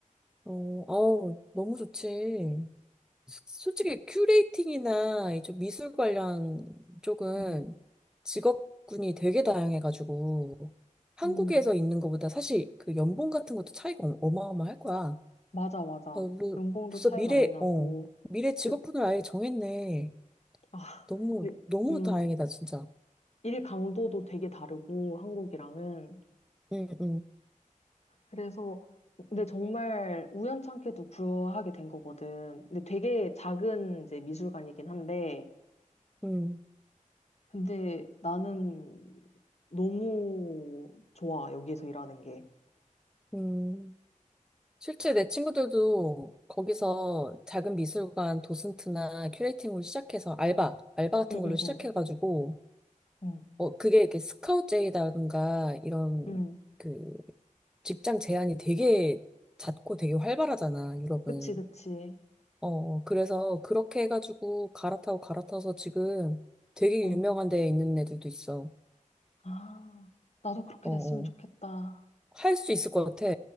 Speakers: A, in the centre; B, on the left.
A: 어, 어, 너무 좋지. 소- 솔직히 큐레이팅이나 이좀 미술 관련 쪽은
B: 음.
A: 직업군이 되게 다양해가지고 한국에서
B: 음,
A: 있는 것보다 사실 그 연봉 같은 것도 차이가 어- 어마어마할 거야.
B: 맞아, 맞아.
A: 어, 뭐,
B: 연봉도
A: 벌써
B: 차이
A: 미래,
B: 많이 나고,
A: 어, 미래 직업군을
B: 그-
A: 아예 정했네.
B: 아,
A: 너무,
B: 네,
A: 너무
B: 음,
A: 다행이다, 진짜.
B: 일 강도도 되게 다르고, 한국이랑은.
A: 응, 응,
B: 그래서, 근데 정말 우연찮게도 구하게 된 거거든. 근데 되게 작은 이제 미술관이긴 한데,
A: 응,
B: 근데 나는 너무 좋아, 여기서 일하는 게.
A: 응. 실제 내 친구들도 거기서 작은 미술관 도슨트나 큐레이팅으로 시작해서 알바, 알바 같은
B: 응,
A: 걸로
B: 응,
A: 시작해가지고,
B: 응. 응,
A: 어, 그게 이렇게 스카우트제이라든가 이런
B: 응.
A: 그 직장 제한이 되게 잦고 되게 활발하잖아, 유럽은.
B: 그치, 그치.
A: 어, 어, 그래서 그렇게 해가지고 갈아타고 갈아타서 지금 되게
B: 어.
A: 유명한 데에 있는 애들도 있어.
B: 아, 나도 그렇게
A: 어,
B: 됐으면
A: 어.
B: 좋겠다.
A: 할 수 있을 것 같아.